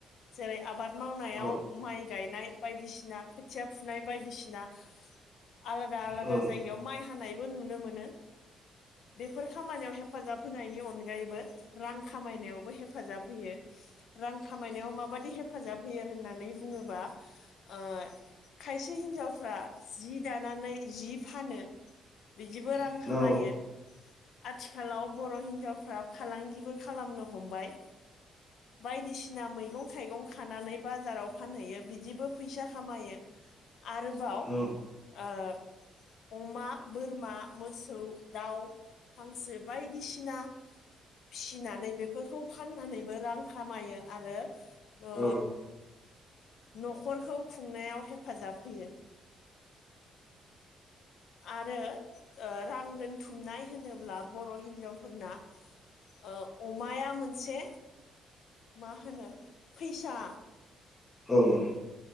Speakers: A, on the left; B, on the left.
A: जेरै' आबाद मावनायाव
B: औ
A: माइ गायनाय बायदिसिना खोथिया फुनाय बायदिसिना आलादा आलादा
B: औ
A: जायगायाव माइ बो नुनो मोन बेफोर खामानियाव हेफाजाब होनाय नि अनगायैबो रां खामायनायावबो हेफाजाब होयो रां खामायनायाव माबायदि हेफाजाब होयो होननानै बुङोबा ओ खायसे हिन्जावफ्रा जि दानानै जि फानो बिदिबो रां
B: औ
A: खामायो
B: औ
A: आथिखालाव बर' हिन्जावफ्रा फालांगिबो खालामनो हमबाय बायदिसिना मैगं थाइगं खानानै बाजाराव फानहैयो बिदिबो फैसा खामायो आरोबाव
B: औ
A: ओ अमा बोरमा मोसौ दाउ हांसो बायदिसिना फिनानै बेफोरखौ फाननानैबो रां खामायो आरो।
B: औ
A: ओ न'खरखौ खुंनायाव हेफाजाब होयो आरो रां दोनथुमनाय होनोब्ला बर' हिन्जावफोरना ओ अमाया मोनसे मा होनो फैसा
B: ओम